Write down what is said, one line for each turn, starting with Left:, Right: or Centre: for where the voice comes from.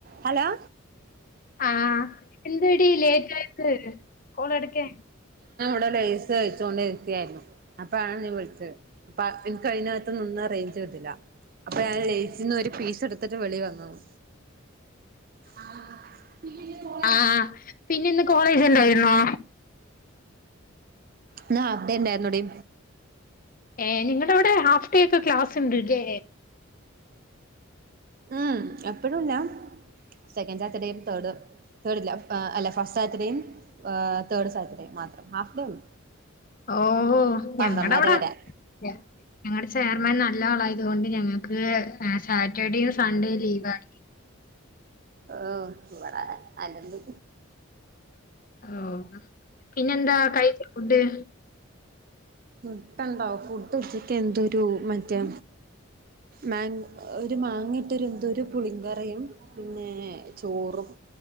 Right: Hello.
Left: ആഹ എന്തടി late ആയത് കോള് എടുക്കാൻ.
Right: ഇവിടെ ലേസ് കഴിച്ച്കൊണ്ടിരിക്കുവായിരുന്നു. അപ്പ ആണ് നീ വിളിച്ച അപ്പ എനിക്ക് അതിനകത്ത് നിന്ന റേഞ്ച് കിട്ടില്ല. അപ്പൊ ഞാൻ ലേസിന്ന് ഒരു പീസ് എടുത്തിട്ട് വെളിവന്ന ആണ്. ആഹ് <unintelligible>
Left: ആഹ പിന്നെ ഇന്ന് കോളേജ് ഉണ്ടായിരുന്നോ?
Right: ഇന്ന് ഹാഫ് ഡേ ഉണ്ടായിരുന്നഡീ.
Left: ഏ നിങ്ങടെ അവിടെ ഹാഫ്ഡേ ഒക്കെ ക്ലാസ് ഉണ്ട്ല്ലേ.
Right: ഉം എപ്പോഴുല്ല സെക്കൻഡ് സാറ്റർഡേയും തേർഡും തേർഡ് ഇല്ല അല്ല ഫസ്റ്റ് സാറ്റർഡേയും ഹേ തേഡ് സാറ്റർഡേയും മാത്രം ഹാഫ്ഡേ ഉള്ളൂ.
Left: ഓ ഞങ്ങടെ
Right: പന്ത്രണ്ടര
Left: അവിടെ അ
Right: വരെ
Left: ല്ല ഞങ്ങടെ ചെയർമാൻ നല്ല ആളായതുകൊണ്ട് ഞങ്ങക്ക് ആ സാറ്റർഡേയും സൺഡേയും ലീവാണ്.
Right: ഓ ഇവടെ അലമ്പ്.
Left: ഓ പിന്നെന്താ കഴിച്ച ഫുഡ്?
Right: ഫുഡ് എന്താ ഫുഡ് ഉച്ചക്ക് എന്തൊരു മറ്റേ മാ ഓ ഒരു മാങ്ങിയിട്ടൊരു എന്തോ ഒരു പുളിങ്കറിയും പിന്നെ ചോറും